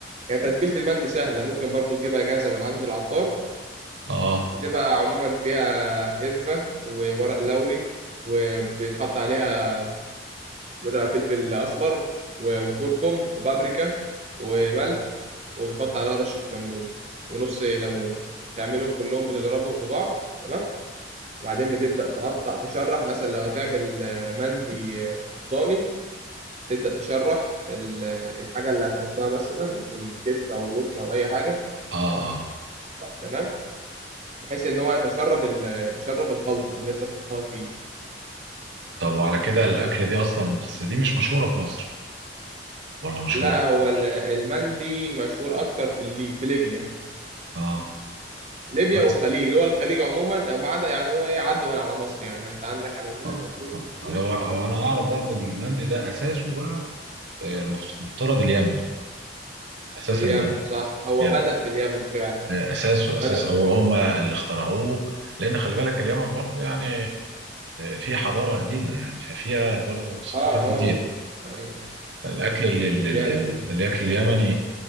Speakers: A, on the right (about 35°); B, on the right (about 70°).
A: يعني تتبيلة المندي سهلة ممكن برضو تجيبها جاهزة من عند العطار
B: اه
A: بتبقى عموما فيها قرفة وورق لوري وبيتحط عليها اسمه ده فلفل أسمر و- وكركم وبابريكا وملح وبتحط عليها رشة كمون ونص ليمونة وبتعملهم كلهم بتضربهم في بعض تمام وبعدين بتبدأ تقطع تشرح مثلا لو هتعمل آه، مندي آه، ضاني تبدأ تشرح ال- آه، الحاجة اللي هتحطها مثلا الكتف أو الورك أو أي حاجة
B: اه اه
A: تمام بحيث إن هو يتشرب ال- يتشرب الخلطة اللي أنت تحطها فيه
B: طب وعلى كده الاكله دي اصلا بس دي مش مشهوره في مصر ولا مشهوره
A: لا هو ال- المندي مشهور أكتر في اللي في ليبيا
B: اه
A: ليبيا
B: انا
A: والخليج
B: أص-
A: دول الخليج عموما أو ما عدا يعني هو إيه عدوا من على مصر يعني أنت عندك على يمينك
B: اه
A: مشهور في
B: آه.
A: الخليج
B: هو هو انا اعرف برضو ان المندي ده اساسه بقى المفترض اليمن اساس
A: اليمن
B: المنهج
A: صح هو
B: يعني
A: بدأ في اليمن فعلا
B: اساسه
A: بدأ
B: اساس
A: في
B: او
A: اليمن
B: هم اللي اخترعوه لان خلي بالك اليمن برضو يعني في حضاره قديمه يعني ففيها برضو ثقافات
A: اه اه
B: كتير
A: ايوه
B: الاكل اللي اللي-
A: الياقة
B: اللي- الاكل اليمني